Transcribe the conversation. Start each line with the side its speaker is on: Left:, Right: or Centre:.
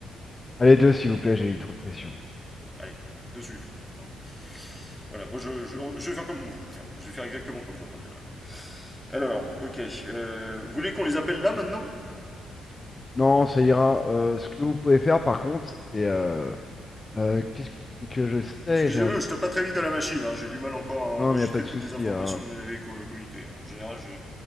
Left: Allez, deux s'il vous plaît, j'ai eu trop de pression.
Centre: Allez, deux sucres. hein. Voilà, bon, je, je, je vais faire comme vous. Tiens, je vais faire exactement comme vous à partir de maintenant. Alors, ok. euh, vous voulez qu'on les appelle là maintenant
Left: Non, ça ira. Euh, ce que vous pouvez faire par contre, c'est euh, euh, qu'est-ce que c'est que je sais,
Centre: Excusez-moi,
Left: j'ai un.
Centre: je tape pas très vite à la machine. hein, J'ai du mal encore à
Left: Non,
Centre: enregistrer
Left: mais y a pas de
Centre: toutes
Left: souci.
Centre: les informations
Left: hein.
Centre: que vous m'avez communiquées. En général, je,